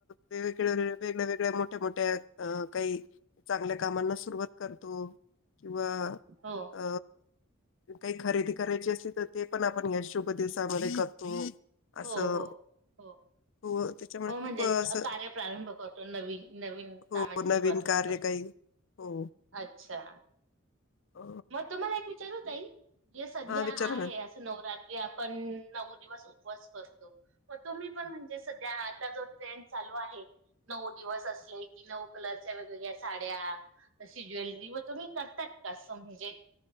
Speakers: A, on the left; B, on the right.
A: वेगळ्या, वेगळ्या, वेगळ्या मोठ्या, मोठ्या काही चांगल्या कामांना सुरुवात करतो. किंवा
B: हो
A: अ काही खरेदी करायची असली तर ते पण आपण या शुभ दिवसामध्ये करतो. असं
B: हो, हो, हो,
A: हो त्याच्यामुळे
B: हो म्हणजेच
A: खूप असं
B: कार्य प्रारंभ करतो, नवीन नवीन
A: हो
B: कामाची
A: नवीन
B: सुरुवात पण
A: कार्य
B: करतो.
A: काही हो
B: अच्छा,
A: अ,
B: मग तुम्हाला एक विचारू ताई? जे सध्या
A: हा विचारा
B: आहे
A: ना
B: असं नवरात्री आपण नऊ दिवस उपवास करतो, मग तुम्ही पण म्हणजे सध्या आता जो ट्रेंड चालू आहे नऊ दिवस असले की नऊ कलरच्या वेगवेगळ्या साड्या तशी ज्वेलरी व तुम्ही करताात का? असं म्हणजे